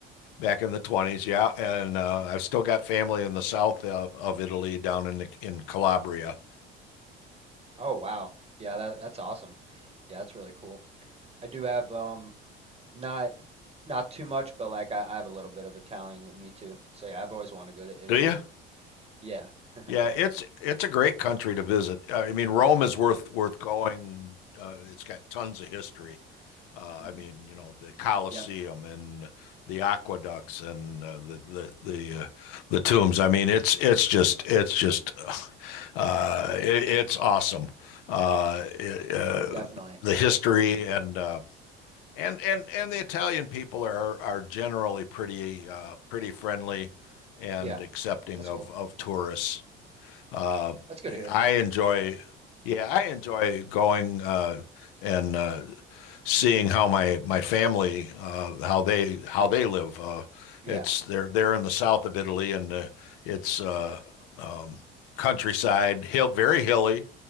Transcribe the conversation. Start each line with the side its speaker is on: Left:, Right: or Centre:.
Left: Back in the 20s, yeah, and uh, I've still got family in the south of, of Italy, down in the, in Calabria.
Right: Oh, wow. Yeah, that that's awesome. Yeah, that's really cool. I do have um not Not too much, but like I, I have a little bit of Italian in me too. So yeah, I've always wanted to go to Italy.
Left: Do you?
Right: Yeah. <laughs>
Left: Yeah, it's it's a great country to visit. I mean, Rome is worth worth going. Uh, it's got tons of history. Uh,
Right: hmm
Left: I mean, you know, the Colosseum
Right: Yep,
Left: and the aqueducts and uh, the the the uh, the tombs. I mean, it's it's just it's just <sighs> uh, it, it's awesome. Uh, it, uh,
Right: definitely.
Left: the history and uh, and and and the Italian people are are generally pretty uh, pretty friendly and
Right: Yeah,
Left: accepting
Right: that's
Left: of
Right: cool.
Left: of tourists. Uh,
Right: That's good to hear.
Left: I enjoy, yeah, I enjoy going uh, and uh, seeing how my my family uh, how they how they live. Uh,
Right: Yeah.
Left: it's they're they're in the south of Italy, and uh, it's uh,
Right: Okay.
Left: um, countryside, hill very hilly,